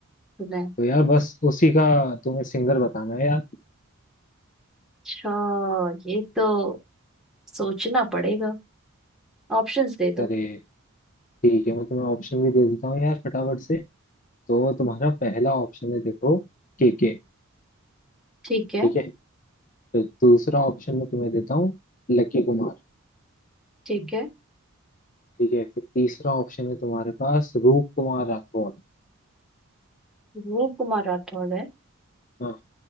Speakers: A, in the centre; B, on the left.
A: सुना है
B: तो यार बस उसी का तुम्हें सिंगर बताना है यार
A: अच्छा ये तो सोचना पड़ेगा ऑप्शंस दे दो
B: अरे ठीक है मैं तुम्हें ऑप्शन भी दे देता हूँ यार फटाफट से तो तुम्हारा पहला ऑप्शन है देखो के के।
A: ठीक है
B: ठीक है फिर दूसरा ऑप्शन में तुम्हें देता हूँ लकी कुमार
A: ठीक है
B: ठीक है फिर तीसरा ऑप्शन है तुम्हारे पास रूप कुमार राठौड़
A: रूप कुमार राठौर है
B: हाँ